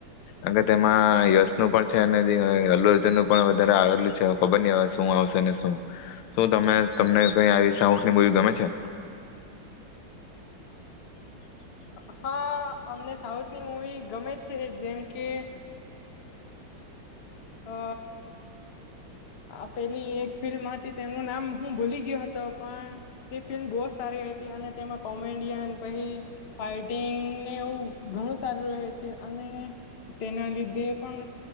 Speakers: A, on the left (about 85°); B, on the left (about 55°).
A: અગર તેમાં યશ નું પણ છે અને તે અલ્લુજન નું પણ વધારે આવેલું છે ખબર નહી હવે શું આવશે ને શું શું તમે તમને કઈ આવી સાઉસની મુવી ગમે છે?
B: હા અમને સાઉથની મૂવી ગમે છે. જેમ કે અ આ પેલી એક ફિલ્મ હતી તેમનું નામ હું ભૂલી ગયો હતો પણ તે ફિલ્મ બહુ સારી હતી અને તેમાં કોમેડિયન પછી ફાઇટિંગ ને એવું ઘણું સારું રહે છે અને તેના લીધે પણ